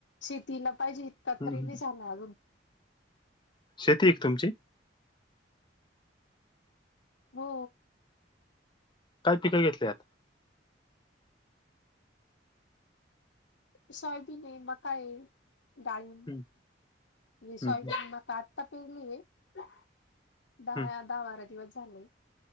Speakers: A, on the left; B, on the left.
A: शेतीला पाहिजे इतका
B: हम्म.
A: तरी नाही झाला अजून
B: शेती एक तुमची
A: हो
B: काय पिकं घेतल्यात
A: सोयाबीन आहे मका आहे डाळी
B: हम्म हम्म
A: सॉयाबीन मका आता पेलिये दहा
B: हम्म
A: दहा बारा दिवस झाले